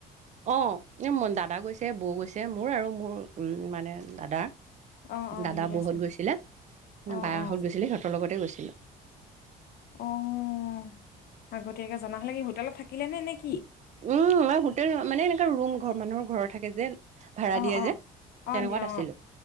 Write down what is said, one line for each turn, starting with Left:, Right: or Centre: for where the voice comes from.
Right: অ' এ মন দাদা গৈছে, বৌ গৈছে। মোৰ আৰু, মোৰ উম মানে দাদা।
Left: অ অ
Right: দাদা
Left: বুজি পাইছো
Right: বৌহঁত গৈছিলে।
Left: অ
Right: বাহঁত
Left: অ
Right: গৈছিলে। সিহঁতৰ লগতে গৈছিলোঁ।
Left: অ'। আগতীয়াকে জনা হলে সি হোটেলত থাকিলে নে নে কি?
Right: উম, মই হোটেল মানে এনেকুৱা ৰুম মানুহৰ ঘৰ থাকে যে ভাড়া
Left: অ
Right: দিয়ে
Left: অ
Right: যে
Left: অ
Right: তেনেকুৱাত
Left: দিয়া
Right: আছিল।